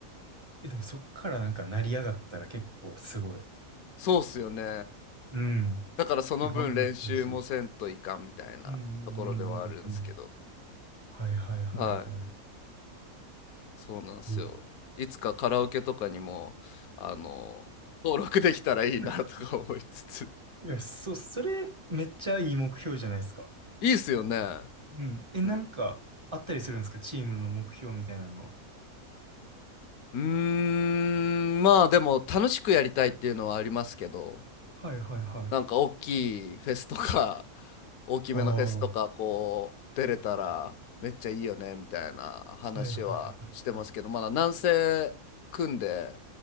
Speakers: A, on the right (about 25°); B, on the left (about 85°).
A: え、でもそっからなんか成り上がったら結構すごい。
B: そうっすよね。
A: うん。
B: だからその分練習もせんといかんみたいなところではあるんですけど、
A: え、頑張ってほしい。うんうんうんうんうん。はいはいはいはい。
B: はい、そうなんですよ。
A: いい
B: いつかカラオケとかにも、あの、登録できたらいいなとか思いつつ。
A: <laughs> いや、そ、それめっちゃいい目標じゃないですか。
B: いいっすよね。
A: うん。え、なんかあったりするんですかチームの目標みたいなの。
B: うん。うーん、まあでも楽しくやりたいっていうのはありますけど、
A: はいはいはい。
B: なんか大きいフェスとか、<laughs> 大きめのフェスとか、
A: ああ、は
B: こう、出れたらめっちゃいいよね、みたいな話はしてますけど、
A: いはいはい。
B: まだ南西組んで